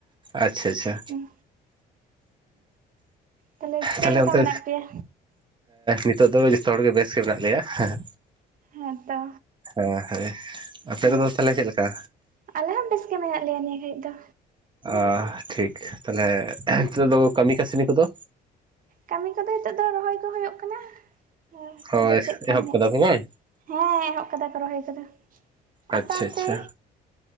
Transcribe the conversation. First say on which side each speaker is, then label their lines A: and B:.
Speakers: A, on the right; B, on the right.
A: ᱟᱪᱪᱷᱟ, ᱟᱪᱪᱷᱟ᱾
B: ᱦᱩᱸ ᱛᱟᱦᱞᱮ ᱪᱮᱫ
A: ᱛᱟᱦᱚᱞᱮ
B: ᱞᱮᱠᱟ
A: ᱚᱱᱛᱮ
B: ᱢᱮᱱᱟᱜ ᱯᱮᱭᱟ?
A: ᱱᱤᱛᱚᱜ ᱫᱚ ᱡᱚᱛᱚ ᱦᱚᱲᱜᱮ ᱵᱮᱥ ᱜᱮ ᱢᱮᱱᱟᱜ ᱞᱮᱭᱟ ᱦᱮᱸ᱾
B: ᱦᱮᱸᱛᱚ
A: ᱦᱳᱭ ᱦᱳᱭ ᱟᱯᱮ
B: ᱦᱩᱸ
A: ᱠᱚᱫᱚ ᱛᱟᱦᱚᱞᱮ ᱪᱮᱫ ᱞᱮᱠᱟ?
B: ᱟᱞᱮ ᱦᱚᱸ ᱵᱮᱥ ᱜᱮ ᱢᱮᱱᱟᱜ ᱜᱮ ᱞᱮᱭᱟ ᱱᱤᱭᱟᱹ ᱜᱷᱟᱹᱲᱤᱡ ᱫᱚ᱾
A: ᱟ ᱴᱷᱤᱠ ᱛᱟᱞᱦᱮ ᱱᱤᱛᱚᱜ ᱫᱚ ᱠᱟᱹᱢᱤ ᱠᱟᱹᱥᱱᱤ ᱠᱚᱫᱚ?
B: ᱠᱟᱹᱢᱤ ᱠᱚᱫᱚ ᱱᱤᱛᱚᱜ ᱫᱚ ᱨᱚᱦᱚᱭ ᱠᱚ ᱦᱩᱭᱩᱜ ᱠᱟᱱᱟ᱾ ᱟᱨ ᱱᱤᱛᱚᱜ
A: ᱦᱳᱭ
B: ᱫᱚ ᱪᱮᱫ ᱠᱟᱢᱤ
A: ᱮᱦᱚᱵ
B: ᱢᱮ
A: ᱠᱟᱫᱟ ᱯᱮ ᱵᱟᱝ
B: ᱦᱮᱸ ᱮᱦᱚᱵ ᱠᱟᱫᱟ ᱠᱚ ᱨᱚᱦᱚᱭ ᱠᱚᱫᱚ᱾
A: ᱟᱪᱪᱷᱟ,
B: ᱟᱯᱮ ᱚᱱᱛᱮ?
A: ᱟᱪᱪᱷᱟ᱾